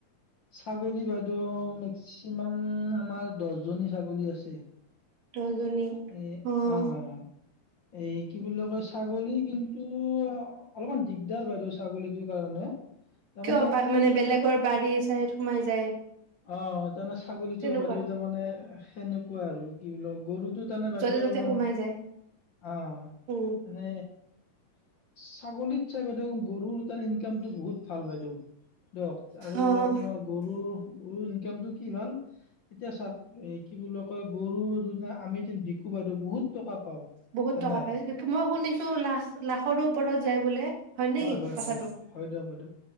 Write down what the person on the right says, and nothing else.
দহজনী।
অ'
কিয় বা
মানে
বেলেগৰ বাৰী চাৰীত সোমাই যায়
তেনেকুৱা
য'তে ত'তে
সোমাই যায়।
উম,
অ'
বহুত টকা
পাই মই শুনিছো লাখ লাখৰো ওপৰত যায় বোলে নেকি
কথাটো?